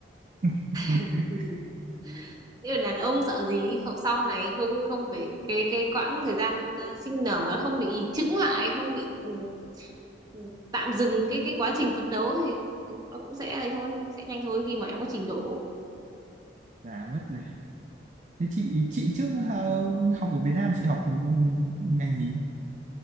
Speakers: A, on the right; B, on the right.
A: <laughs>
B: <laughs> nhưng là đàn ông sợ gì không sau này không không phải cái cái quãng thời gian à, sinh nở nó không bị chững lại không bị ừ, ừ, tạm dừng cái cái quá trình phấn đấu thì nó cũng sẽ ấy thôi sẽ nhanh thôi khi mà em có trình độ
A: già mất rồi thế chị chị trước ờ, học ở Việt Nam chị học ngành gì